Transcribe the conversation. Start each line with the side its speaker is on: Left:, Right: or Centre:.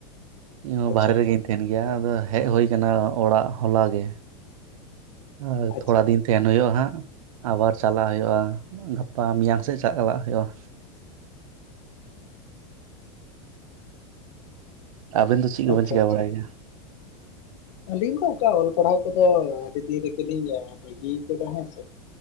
Right: ᱤᱧᱦᱚᱸ
Left: ᱟᱪᱪᱷᱟ
Right: ᱵᱟᱨᱦᱨᱮ
Left: ᱟᱪᱪᱷᱟ
Right: ᱨᱮᱜᱮᱧ ᱛᱟᱦᱮᱱ ᱜᱮᱭᱟ, ᱟᱫᱚ ᱦᱮᱡ ᱦᱳᱭ ᱠᱟᱱᱟ ᱚᱲᱟᱜ ᱦᱚᱞᱟᱜᱮ᱾ ᱟᱨ
Left: ᱟᱪᱪᱷᱟ
Right: ᱛᱷᱚᱲᱟ ᱫᱤᱱ ᱛᱮᱦᱮᱱ ᱦᱳᱭᱳᱜᱼᱟ ᱦᱟᱸᱜ, ᱟᱵᱟᱨ ᱪᱟᱞᱟᱜ ᱦᱳᱭᱳᱜᱼᱟ ᱜᱟᱯᱟ ᱢᱮᱭᱟᱝ ᱥᱮᱫ ᱪᱟ ᱞᱟᱜ ᱦᱳᱭᱳᱜᱼᱟ᱾ ᱟᱵᱮᱱ ᱫᱚ ᱪᱮᱜ
Left: ᱟᱪᱪᱷᱟ
Right: ᱠᱚᱵᱮᱱ ᱪᱤᱠᱟᱹ
Left: ᱟᱪᱪᱷᱟ
Right: ᱵᱟᱲᱟᱭ ᱜᱮᱭᱟ?
Left: ᱟᱹᱞᱤᱧ ᱫᱚ ᱚᱝᱠᱟ ᱚᱞ ᱯᱟᱲᱦᱟᱣ ᱠᱚᱫᱚ ᱟᱹᱰᱤ ᱫᱤᱱ ᱨᱮᱜᱮᱞᱤᱧ ᱵᱟᱹᱜᱤᱭ ᱠᱮᱫᱟ ᱦᱮᱸᱥᱮ᱾